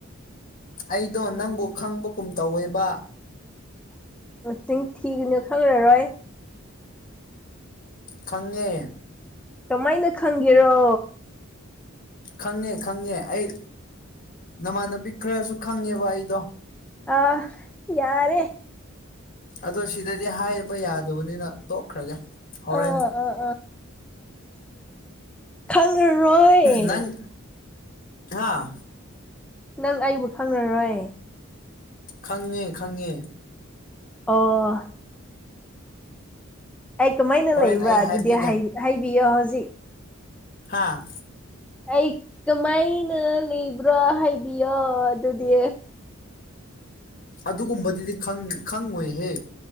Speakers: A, on the left; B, in the centre.
A: ꯑꯩꯗꯣ ꯅꯪꯕꯨ ꯈꯪꯕꯒꯨꯝ ꯇꯧꯋꯦꯕ꯫
B: ꯆꯤꯡ ꯊꯤꯒꯅꯤ ꯈꯪꯔꯔꯣꯏ
A: ꯈꯪꯉꯦ
B: ꯀꯃꯥꯏꯅ ꯈꯪꯒꯦꯔꯣ꯫
A: ꯈꯪꯉꯦ ꯈꯪꯉꯦ ꯑꯩ ꯅꯃꯥꯟꯅꯕꯤ ꯈꯔꯁꯨ ꯈꯪꯉꯦꯕ ꯑꯩꯗꯣ
B: ꯥꯑꯥ ꯌꯥꯔꯦ꯫
A: ꯑꯗꯣ ꯁꯤꯗꯗꯤ ꯍꯥꯏꯕ ꯌꯥꯗꯕꯅꯤꯅ ꯇꯣꯛꯈ꯭ꯔꯒꯦ ꯍꯣꯔꯦꯟ
B: ꯑꯥꯥ ꯑꯥ ꯑꯥ ꯈꯪꯉꯔꯣꯏ
A: ꯅꯪ ꯍꯥꯥ
B: ꯅꯪ ꯑꯩꯕꯨ ꯈꯪꯔꯔꯣꯏ
A: ꯈꯪꯉꯦ ꯈꯪꯉꯦ
B: ꯑꯣ ꯑꯩ ꯀꯃꯥꯏꯅ
A: ꯍꯣꯔꯦꯟ
B: ꯂꯩꯕ꯭ꯔꯥ
A: ꯑꯩ
B: ꯑꯗꯨꯗꯤ
A: ꯍꯥꯏꯕꯤꯒꯦ
B: ꯍꯥꯏꯕꯤꯌꯣ ꯍꯧꯖꯤꯛ
A: ꯍꯥꯥ
B: ꯑꯩ ꯀꯃꯥꯏꯅ ꯂꯩꯕ꯭ꯔꯥ ꯍꯥꯏꯕꯤꯌꯣ ꯑꯗꯨꯗꯤ꯫
A: ꯑꯗꯨꯒꯨꯝꯕꯗꯨꯗꯤ ꯈꯪꯉꯣꯏꯍꯦ